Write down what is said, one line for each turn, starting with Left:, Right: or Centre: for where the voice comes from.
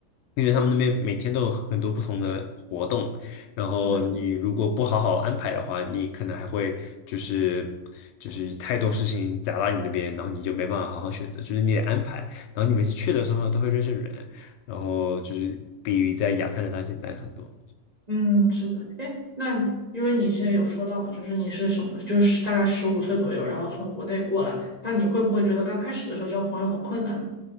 Left: 因为他们那边每天都有很多不同的活动，然后你如果不好好安排的话，
Right: 是的，是的，
Left: 你可能还会就是就是太多事情砸到你这边，然后你就没办法好好选择，就是你得安排，然后你每次去的时候都会认识人，然后就是比在亚特兰大简单很多。
Right: 嗯，是的。哎，那因为你之前有说到嘛，就是你是什么，就是大概十五岁左右，然后从国内过来，那你会不会觉得刚开始的时候交朋友很困难呢？